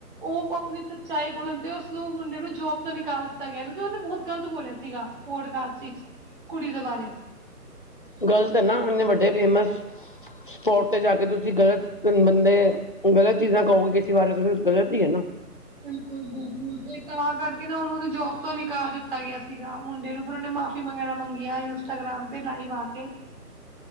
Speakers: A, on the right (about 35°); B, on the left (about 35°).
A: ਉਹ ਆਪਣੀ ਸੱਚਾਈ ਬੋਲਣ ਤੇ ਉਸਨੂੰ ਮੁੰਡੇ ਨੂੰ ਜੋਬ ਤੋ ਨਿਕਾਲ ਦਿੱਤਾ ਗਿਆ, ਕਿਉਂਕਿ ਉਹਨੇ ਬਹੁਤ ਗ਼ਲਤ ਬੋਲਿਆ ਸੀਗਾ। ਪੌਡਕਾਸਟ ਵਿਚ, ਕੁੜੀ ਦੇ ਬਾਰੇ।
B: ਗਲਤ ਐ ਨਾ, ਇੰਨੇ ਵੱਡੇ ਫੇਮਸ ਸਪੋਟ ਤੇ ਜਾ ਕੇ ਤੁਸੀਂ ਗਲਤ ਬੰਦੇ ਗਲਤ ਚੀਜ਼ਾਂ ਕਹੋਗੇ ਕਿਸੇ ਬਾਰੇ, ਤੇ ਫਿਰ ਗਲਤ ਈ ਆ ਨਾ।
A: ਬਿਲਕੁਲ- ਬਿਲਕੁਲ ਤੇ ਤਾਂ ਕਰਕੇ ਨਾ ਉਹਨੂੰ ਉਹਦੀ ਜੋਬ ਤੋਂ ਨਿਕਾਲ ਦਿੱਤਾ ਗਿਆ ਸੀਗਾ, ਮੁੰਡੇ ਨੂੰ ਫਿਰ ਉਹਨੇ ਮਾਫ -ਫੀ ਵਗ਼ੈਰਾ ਮੰਗੀਆਂ, ਇੰਸਟਾਗ੍ਰਾਮ ਤੇ ਲਾਈਵ ਆ ਕੇ।